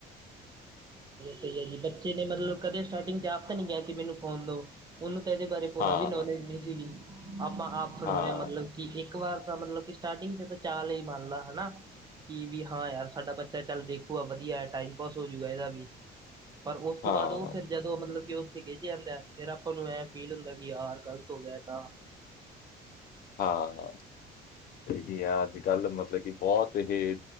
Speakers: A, on the right; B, on the left.
A: ਸਹੀ ਹੈ ਜੀ ਬੱਚੇ ਨੇ ਮਤਲਬ ਕਦੇ ਸਟਾਰਟਿੰਗ ਚਾਰ ਗਿਆ ਕਿ ਮੈਨੂੰ ਫੋਨ ਦਓ ਉਹਨੂੰ ਤਾਂ ਇਹਦੇ ਬਾਰੇ ਪੂਰਾ
B: ਹਾਂ
A: ਵੀ ਨੌਲੇਜ ਨਹੀਂ ਸੀਗੀ। ਆਪਾਂ ਆਪ ਸੁਣਾਉਦੇ
B: ਹਾਂ
A: ਆ ਮਤਲਬ ਕਿ ਇੱਕ ਵਾਰ ਤਾਂ ਮਤਲਬ ਕਿ ਸਟਾਰਟਿੰਗ ਚ ਤਾਂ ਚਾਲ ਹੀ ਮੰਨ ਲਾ ਹਨਾ। ਕੀ ਵੀ ਹਾਂ ਯਾਰ ਸਾਡਾ ਬੱਚਾ ਚੱਲ ਦੇਖੂਗਾ ਵਧੀਆ ਟਾਈਮ ਪਾਸ ਹੋਜੂਗਾ ਇਹਦਾ ਵੀ ਪਰ ਉਸ ਤੋਂ
B: ਹਾਂ
A: ਬਾਅਦ ਉਹ ਫਿਰ ਜਦੋਂ ਮਤਲਬ ਕਿ ਉਸ ਤੇ ਗਿੱਜੇ ਜਾਂਦਾ ਫੇਰ ਆਪਾਂ ਨੂੰ ਐ ਫੀਲ ਹੁੰਦਾ ਯਾਰ ਗ਼ਲਤ ਹੋ ਗਿਆ ਐ ਤਾਂ
B: ਹਾਂ ਬੀਜੀ ਆ ਅੱਜ ਕੱਲ੍ਹ ਮਤਲਬ ਕਿ ਬਹੁਤ ਇਹ